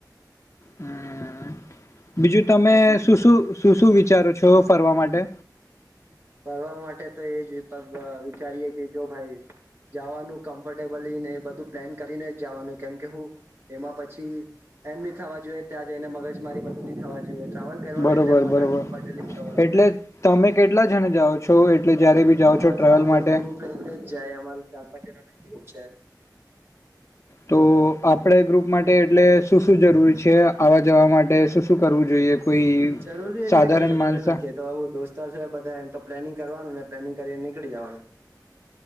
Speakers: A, on the left; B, on the right.
A: હમ્મ બીજું તમે
B: બાકી
A: શું શું શું શું વિચારો છો ફરવા માટે
B: ફરવા માટે તો એ જ અ વિચારીએે કે જો ભાઈ જાવાનું કમ્ફર્ટેબલી ને એ બધું પ્લાન કરીને જ જાવાનું કેમકે હું એમાં પછી એમ નહી થવા જોઈએ ત્યાં જઈને મગજ મારી બધું નહી થાવા ટ્રાવલ કરવાનું
A: બરોબર
B: એટલે મજા
A: બરોબર
B: કમ્ફર્ટેબલી
A: એટલે તમે કેટલા જણ જાઓ છો એટલે જયારે બી જાઓ
B: અમે
A: છો ટ્રાવેલ
B: તો આપડો
A: માટે
B: ગ્રુપ લઈને જ જાય અમાર ચાર પાંચ જણા છે.
A: તો આપડે ગ્રુપ માટે એટલે શું શું જરૂરી છે આવા જવા માટે શું શું કરવું જોઈએ. કોઈ
B: જરૂરી એટલે
A: સાધારણ
B: કઈ જરૂરી
A: માણસ
B: નથી તો હું દોસ્તાર છે બધા એમ તો પ્લાનિંગ કરવાનું ને પ્લાનિંગ કરીને નીકળી જવાનું.